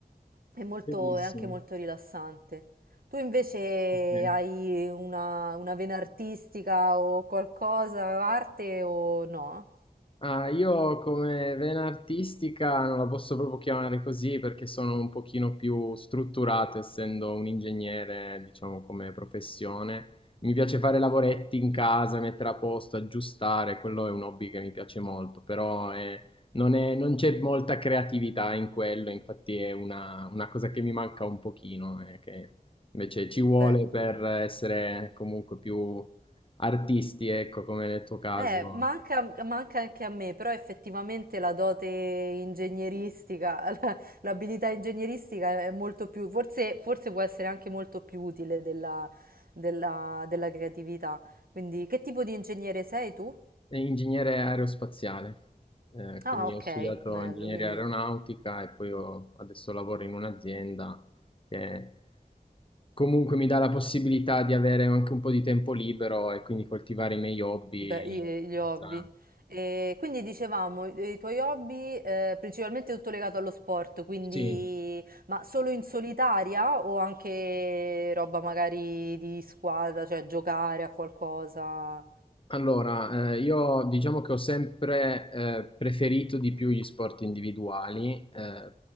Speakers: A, on the right (about 65°); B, on the left (about 35°).
A: e mh, è molto
B: bellissimo.
A: è anche molto rilassante. Tu invece
B: ok.
A: hai una una vena artistica o qualcosa, arte o no?
B: Ah, io come vena artistica non la posso proprio chiamare così perché sono un pochino più strutturato, essendo un ingegnere, diciamo, come professione. Mi piace fare lavoretti in casa, mettere a posto, aggiustare, quello è un hobby che mi piace molto, però eh, non è- non c'è molta creatività in quello, infatti è una, una cosa che mi manca un pochino, eh, che invece ci vuole
A: Beh
B: per essere comunque più artisti, ecco, come nel tuo caso.
A: Eh, manca, manca anche a me, però effettivamente la dote ingegneristica, <laughs> la- l'abilità ingegneristica è molto più, forse, forse può essere anche molto più utile della, della- della creatività. Quindi, che tipo di ingegnere sei tu?
B: È ingegnere aerospaziale, eh, quindi
A: Ah, ok,
B: ho studiato
A: bello,
B: ingegneria
A: quindi...
B: aeronautica e poi ho- adesso lavoro in un'azienda che comunque mi dà la possibilità di avere anche un po' di tempo libero e quindi coltivare i miei hobby.
A: Beh, i- eh, gli hobby.
B: Esatto.
A: E quindi dicevamo, i i tuoi hobby eh, principalmente tutto legato allo sport, quindi
B: Sì,
A: ma solo in solitaria o anche roba magari di squadra, cioè giocare a qualcosa?
B: Allora, eh, io diciamo che ho sempre eh, preferito di più gli sport individuali, eh,